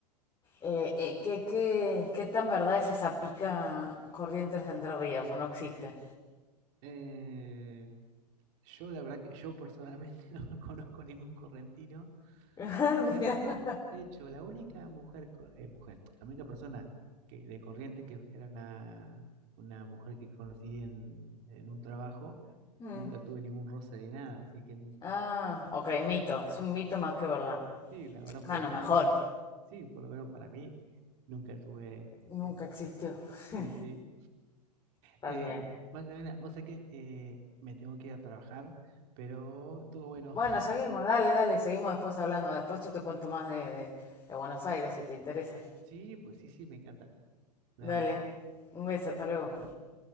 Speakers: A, on the left; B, on the right.
A: Eh, eh, ¿qué, qué, qué tan verdad es esa pica Corrientes de Entre Ríos? ¿O no existe?
B: eh, yo la verdad que yo personalmente <laughs> no conozco ningún correntino.
A: <laughs> Ah, mira.
B: Es más, no, de hecho, la única mujer, cor- eh, mujer, la única persona que, de Corrientes que era una, una mujer que conocí en, en un trabajo,
A: Mm.
B: nunca tuve ningún roce de nada, así que
A: Ah, ok, mito. Es un mito más que verdad.
B: sí, la verdad, por
A: Bueno,
B: lo menos,
A: mejor.
B: sí, por lo menos para mí, nunca tuve...
A: Nunca
B: eh,
A: existió. <laughs>
B: Sí, sí.
A: Está
B: Eh,
A: bien.
B: Magdalena, vos sabés que eh, me tengo que ir a trabajar, pero estuvo bueno.
A: Bueno,
B: <laughs>
A: seguimos, dale, dale, seguimos después hablando. Después yo te cuento más de, de, de Buenos Aires si te interesa.
B: Sí, pues sí, sí, me encanta. Dale.
A: Dale, un beso, hasta luego.
B: Chao, chao.